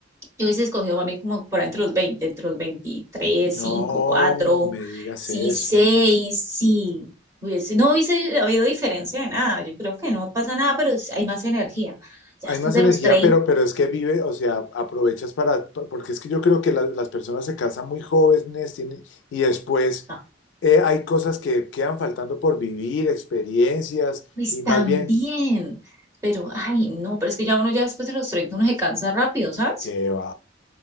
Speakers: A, on the right; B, on the left.
A: Yo hubiese escogido mami como por ahí entre los veinte entre los veintitrés
B: no
A: cinco cuatro
B: me digas
A: sí,
B: eso.
A: seis sí. Hubiese, no hubiese habido diferencia de nada. Yo creo que no pasa nada, pero sí hay más energía. Ya
B: Hay
A: después
B: más
A: de
B: energía,
A: los treinta
B: pero, pero es que vive, o sea, aprovechas para, porque es que yo creo que la- las personas se casan muy jóvenes tienen, y después
A: no,
B: eh, hay cosas que quedan faltando por vivir, experiencias,
A: pues
B: y más
A: también.
B: bien,
A: Pero, ay, no, pero es que ya uno ya después de los 30 uno se cansa rápido, ¿sabes?
B: que va?